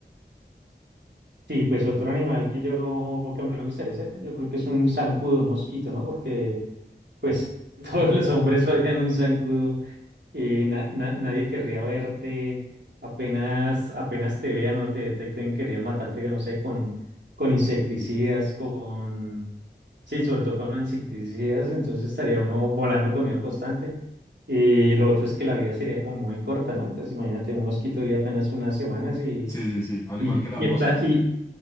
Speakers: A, on the right; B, on the left.
A: Sí, pues otro animal que yo, que a mí me gustaría ser, yo creo que es un zancudo, un mosquito, ¿no? Porque Pues <laughs> todos los hombres odian un zancudo. eh, na- na- nadie querría verte. Apenas, apenas te vean o te detecten, querían matarte, que no sé, con, con insecticidas, con... Sí, sobre todo con insecticidas, entonces estaría uno volando con miedo constante. Y lo otro es que la vida sería como muy corta, ¿no? Entonces imagínate un mosquito vive apenas unas semanas y,
B: Sí, sí, sí, al
A: y,
B: igual que las
A: y está,
B: moscas.